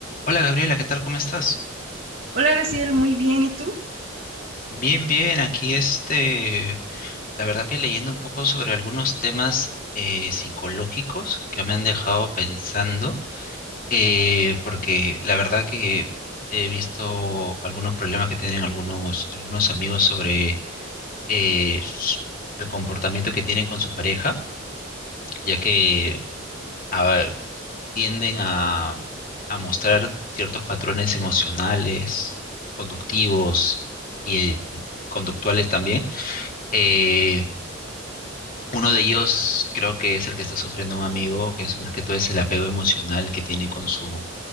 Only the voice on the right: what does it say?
Hola, Graciel, muy bien. ¿Y tú?